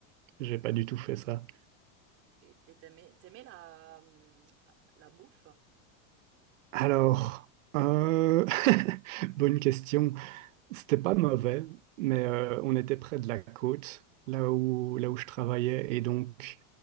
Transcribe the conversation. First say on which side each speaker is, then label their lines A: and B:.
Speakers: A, on the right (about 65°); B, on the right (about 35°).
A: j'ai pas du tout fait ça.
B: Et et t'aimais, t'aimais la, hum, la bouffe?
A: Alors, euh, <laughs> bonne question. C'était pas mauvais, mais
B: Mhm.
A: euh, on était près de la côte, là où, là où je travaillais, et donc